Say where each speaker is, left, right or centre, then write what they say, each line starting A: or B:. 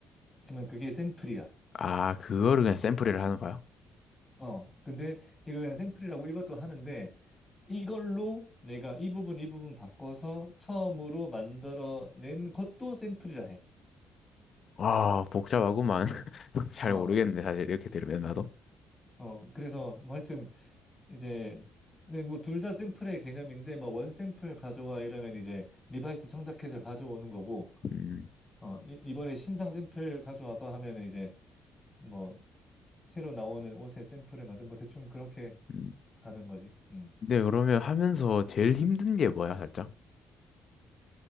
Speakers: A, on the left; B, on the left.
A: 그러면 그게 샘플이야.
B: 아, 그거를 그냥 샘플이라 하는 거야?
A: 어. 근데 이걸 그냥 샘플이라고 일반도 하는데 이걸로 내가 이 부분 이 부분 바꿔서 처음으로 만들어낸 것도 샘플이라 해.
B: 아, 복잡하구만. <laughs> 잘
A: 어,
B: 모르겠네, 사실 이렇게 들으면 나도.
A: 음. 어, 그래서 뭐 하여튼 이제 네, 뭐 둘 다 샘플의 개념인데 뭐 원 샘플 가져와 이러면 이제 리바이스 청자켓을 가져오는 거고
B: 음,
A: 어, 이, 이번에 신상 샘플 가져와봐 하면 은 이제 뭐 새로 나오는 옷의 샘플을 만든 뭐 대충 그렇게
B: 음.
A: 가는 거지. 음.
B: 근데 그러면 하면서 제일 힘든 게 뭐야, 살짝?